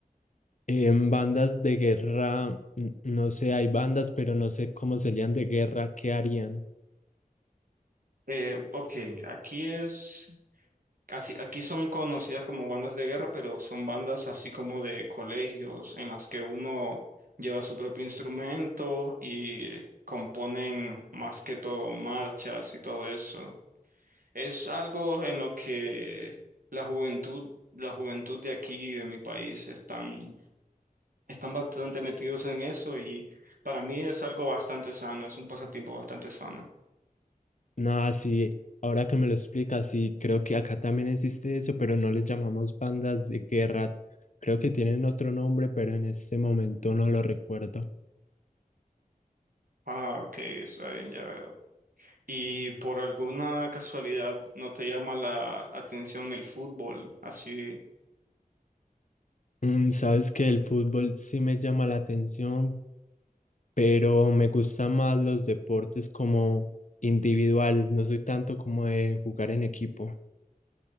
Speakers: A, on the left (about 55°); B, on the right (about 65°).
A: En bandas de guerra, n- no sé, hay bandas, pero no sé cómo serían de guerra, qué harían.
B: Eh, ok, aquí es Así, aquí son conocidas como bandas de guerra, pero son bandas así como de colegios en las que uno lleva su propio instrumento y componen más que todo marchas y todo eso. Es algo en lo que la juventud, la juventud de aquí, de mi país, están, están bastante metidos en eso y para mí es algo bastante sano, es un pasatiempo bastante sano.
A: Nada, sí, ahora que me lo explicas, sí, creo que acá también existe eso, pero no les llamamos bandas de guerra. Creo que tienen otro nombre, pero en este momento no lo recuerdo.
B: Ah, ok, está bien, ya veo. Y por alguna casualidad no te llama la atención el fútbol, así.
A: Mm, Sabes que el fútbol sí me llama la atención, pero me gustan más los deportes como individuales no soy tanto como de jugar en equipo.